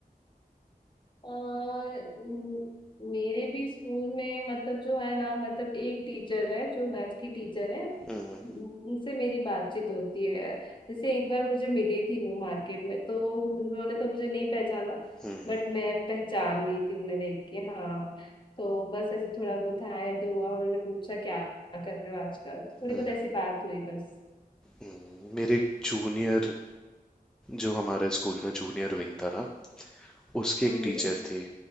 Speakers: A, on the left; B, in the centre.
A: अ, म- मेरे भी स्कूल में मतलब जो है ना मतलब एक टीचर है जो मैथ की टीचर है
B: हम्म,
A: उन- उनसे मेरी बातचीत होती है जैसे एक बार मुझे मिली थी वो मार्केट में तो उन्होंने तो मुझे नहीं पहचाना
B: हम्म,
A: बट मैं पहचान गई थी उन्हें देख के हाँ तो बस ऐसे थोड़ा बहुत हाय दो हुआ उन्होंने पूछा क्या कर रहे हो आजकल थोड़ी
B: हम्म,
A: बहुत ऐसी बात हुई बस
B: हम्म। मेरे जूनियर जो हमारे स्कूल का जूनियर विंग था ना उसकी एक
A: हम्म
B: टीचर थी